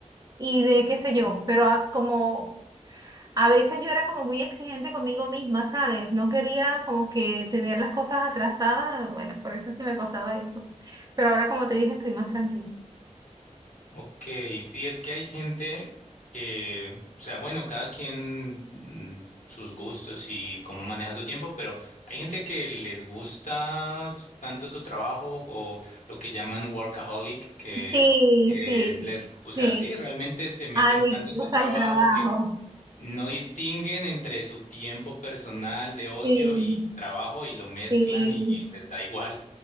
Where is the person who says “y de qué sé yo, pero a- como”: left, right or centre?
Right